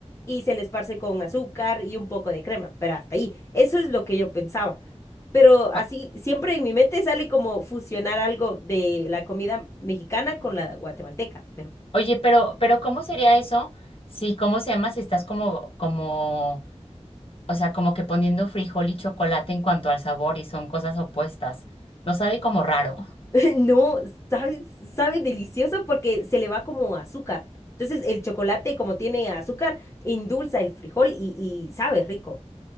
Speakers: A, on the left (about 25°); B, on the left (about 55°).
A: Y se le esparce con azúcar y un poco de crema, pero hasta ahí. Eso es lo que yo pensaba. Pero así,
B: O-
A: siempre en mi mente sale como fusionar algo de la comida mexicana con la guatemalteca, pero
B: Oye, pero, pero ¿cómo sería eso? Si, ¿cómo se llama? Si estás como, como, o sea, como que poniendo frijol y chocolate en cuanto al sabor y son cosas opuestas. No sabe como raro.
A: <laughs> No, sabe, sabe delicioso porque se le va como azúcar. Entonces el chocolate, como tiene azúcar, endulza el frijol y, y sabe rico.